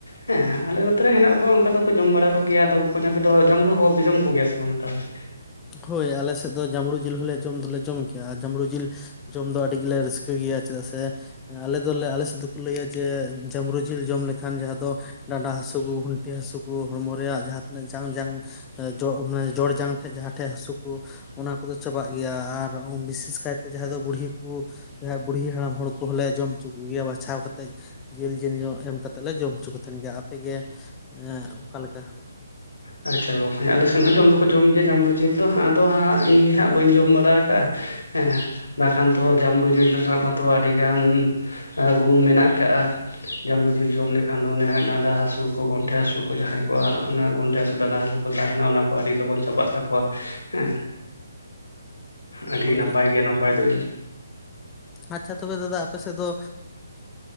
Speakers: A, on the left; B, on the left.
A: ᱦᱮᱸ ᱟᱞᱮ ᱱᱚᱛᱮᱨᱮ ᱦᱮᱱᱟᱜ ᱠᱚᱣᱟ ᱚᱱᱠᱟ ᱫᱚᱠᱚ ᱡᱚᱢ ᱵᱟᱲᱟ ᱠᱚᱜᱮᱭᱟ ᱟᱫᱚ ᱵᱟᱠᱚ ᱧᱟᱯᱮ ᱫᱚ ᱡᱟᱢᱽᱲᱩ ᱦᱚᱸᱯᱮ ᱡᱚᱢ ᱠᱚᱜᱮᱭᱟ ᱥᱮ ᱵᱟᱝᱟ ᱛᱟᱦᱚᱞᱮ
B: ᱦᱳᱭ ᱟᱞᱮ ᱥᱮᱫ ᱫᱚ ᱡᱟᱹᱵᱽᱲᱩ ᱡᱤᱞ ᱦᱚᱸᱞᱮ ᱡᱚᱢ ᱫᱚᱞᱮ ᱡᱚᱢ ᱜᱮᱭᱟ ᱡᱟᱹᱵᱽᱲᱩ ᱡᱤᱞ ᱡᱚᱢ ᱫᱚ ᱟᱹᱰᱤ ᱜᱮᱞᱮ ᱨᱟᱹᱥᱠᱟᱹ ᱜᱮᱭᱟ ᱪᱮᱫᱟᱜ ᱥᱮ ᱟᱞᱮ ᱫᱚᱞᱮ ᱟᱞᱮ ᱥᱮᱫ ᱫᱚᱠᱚ ᱞᱟᱹᱭᱟ ᱡᱮ ᱡᱟᱢᱲᱩ ᱡᱤᱞ ᱡᱚᱢ ᱞᱮᱠᱷᱟᱱ ᱡᱟᱦᱟᱸ ᱫᱚ ᱰᱟᱸᱰᱟ ᱦᱟᱥᱩ ᱠᱚ ᱜᱩᱱᱴᱤ ᱦᱟᱥᱩ ᱠᱚ ᱦᱚᱲᱢᱚ ᱨᱮᱭᱟᱜ ᱡᱟᱦᱟᱸ ᱛᱤᱱᱟᱹᱜ ᱡᱟᱝ ᱡᱟᱝ ᱱᱮ ᱡᱚᱲ ᱡᱟᱝ ᱴᱷᱮᱡ ᱡᱟᱦᱟᱸ ᱴᱷᱮᱱ ᱦᱟᱹᱥᱩ ᱠᱚ ᱚᱱᱟ ᱠᱚᱫᱚ ᱪᱟᱵᱟᱜ ᱜᱮᱭᱟ ᱟᱨ ᱵᱤᱥᱮᱥ ᱠᱟᱭᱛᱮ ᱡᱟᱦᱟᱸᱭ ᱫᱚ ᱵᱩᱲᱦᱤ ᱠᱚ ᱡᱟᱦᱟᱸ ᱵᱩᱲᱦᱤ ᱦᱟᱲᱟᱢ ᱦᱚᱲ ᱠᱚᱦᱚᱸ ᱞᱮ ᱡᱚᱢ ᱦᱚᱪᱚ ᱠᱚᱜᱮᱭᱟ ᱵᱟᱪᱷᱟᱣ ᱠᱟᱛᱮᱫ ᱡᱤᱞ ᱡᱤᱞᱧᱚᱜ ᱮᱢ ᱠᱟᱛᱮᱜ ᱞᱮ ᱡᱚᱢ ᱦᱚᱪᱚ ᱠᱚ ᱛᱟᱦᱮᱱ ᱜᱮᱭᱟ ᱟᱯᱮᱜᱮ ᱮᱸᱜ ᱚᱠᱟᱞᱮᱠᱟ
A: ᱟᱪᱪᱷᱟ ᱵᱟᱠᱚ ᱟᱞᱮ ᱥᱮᱱ ᱦᱚᱸ ᱡᱚᱢ ᱫᱚᱠᱚ ᱡᱚᱢ ᱜᱮᱭᱟ ᱡᱟᱢᱲᱩ ᱡᱤᱞ ᱫᱚ ᱟᱫᱚ ᱟᱸᱜ ᱤᱧ ᱜᱮ ᱦᱟᱸᱜ ᱵᱟᱹᱧ ᱡᱚᱢ ᱵᱟᱲᱟ ᱟᱠᱟᱜᱼᱟ ᱦᱮᱸ ᱵᱟᱠᱷᱟᱱ ᱛᱚ ᱡᱟᱢᱲᱩ ᱡᱤᱞ ᱨᱮᱱᱟᱜ ᱢᱟᱛᱚ ᱟᱹᱰᱤᱜᱟᱱ ᱜᱩᱱ ᱢᱮᱱᱟᱜ ᱟᱠᱟᱜᱼᱟ ᱡᱟᱢᱲᱩ ᱡᱤᱞ ᱡᱚᱢ ᱞᱮᱠᱷᱟᱱ ᱫᱚ ᱚᱱᱮ ᱰᱟᱸᱰᱟ ᱦᱟᱹᱥᱩ ᱠᱚ ᱜᱚᱱᱴᱷᱮ ᱦᱟᱹᱥᱩ ᱠᱚ ᱡᱟᱦᱟᱸᱭ ᱠᱚᱣᱟᱜ ᱚᱱᱟ ᱜᱚᱱᱴᱷᱮ ᱦᱟᱹᱥᱩ ᱰᱟᱸᱰᱟ ᱦᱟᱹᱥᱩ ᱠᱚ ᱛᱟᱦᱮᱱᱟ ᱚᱱᱟ ᱠᱚ ᱟᱹᱰᱤ ᱞᱚᱜᱚᱱ ᱪᱟᱵᱟᱜ ᱛᱟᱠᱚᱣᱟ ᱦᱮᱸ ᱟᱹᱰᱤ
B: ᱦᱳᱭ
A: ᱱᱟᱯᱟᱭ ᱜᱮᱭᱟ ᱱᱟᱯᱟᱭ ᱫᱚ
B: ᱟᱪᱪᱷᱟ ᱛᱚᱵᱮ ᱫᱟᱫᱟ ᱟᱯᱮ ᱥᱮᱫ ᱫᱚ
A: <inaudible>